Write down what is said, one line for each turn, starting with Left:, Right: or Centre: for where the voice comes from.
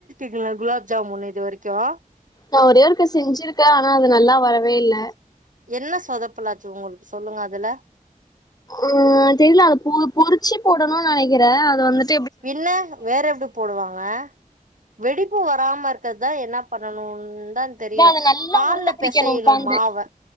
Right: இந்த குலாப்ஜாமுன் இது வரைக்கும்
Left: நான் ஒரே ஒருக்க செஞ்சிருக்கேன் ஆனா அது நல்லா வரவே இல்ல
Right: என்ன சொதப்பலாச்சு உங்களுக்கு சொல்லுங்க அதுல
Left: ஆஹ் தெர்லா அத பூ பொறிச்சி போடணுன் நெனைக்கிறே அத வந்துட்
Right: என்ன வேற எப்டி போடுவாங்க வெடி ப்பு வராம இருக்றதுதா என்னா பண்ணனு தெரியல
Left: இதா அத நல்லா
Right: பால்ல
Left: உருண்ட பிடிக்கணு
Right: பெசையணு
Left: உக்காந்து
Right: மாவ